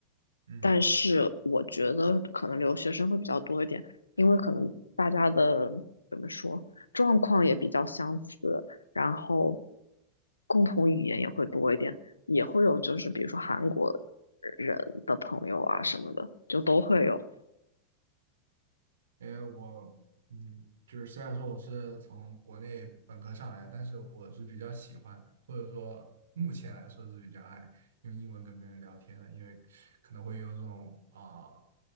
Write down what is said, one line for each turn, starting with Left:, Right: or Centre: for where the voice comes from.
Right: 嗯。
Left: 但是我觉得可能留学生会比较多一点，因为可能大家的怎么说状况也比较相似，然后共同语言也会多一点，也会有就是比如说韩国人的朋友啊什么的，就都会有。
Right: 因为我，嗯，就是虽然说我是从国内本科上来，但是我是比较喜欢，或者说目前来说是比较爱用英文跟别人聊天的，因为可能会有种啊、